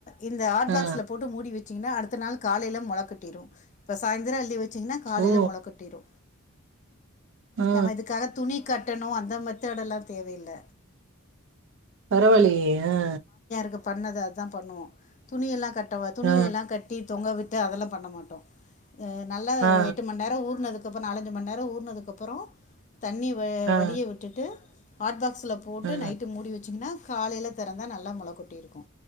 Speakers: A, on the left; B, on the right.
A: இந்த ஆட்
B: ஆ
A: பாக்ஸ்ல போட்டு மூடி வெச் சீங்கன்னா அடுத்த நாள் காலைல மொல கட்டிரு இப்ப சாயந்தரொ அள்ளி வச் சீங்னா காலைல
B: ஓ
A: மொல கட்டிரு
B: ஆ
A: நம்ம இதுக்காக துணி கட்டணு அந்த மெத்தடல்லா தேவயில்ல
B: பரவா இல்லையே ஆ
A: கு பண்ணது அதா பண்ணுவோ துணியெல்லா கட் டமா துணிய
B: ஆ
A: எல்லா கட்டி தொங்க வி ட்டு அதெல்லாம் பண்ண மாட்டோ நல்லா
B: ஆ ஆ
A: ஒரு எட்டு மணி நேரம் ஊர்னதுக் அப்புறம் நாலஞ்சுணி நேரோ ஊருனதுக்கு அப்புறோ தண்ணி வ
B: ஆ
A: வடிய விட்டுட்டு ஹாட் பாக்ஸ் ல போட்டு
B: ஆ
A: நைட்டு மூடி வச்சிங்கன்னா காலையில திறந்த ந ல்லா மொல கொட்டிருக்கு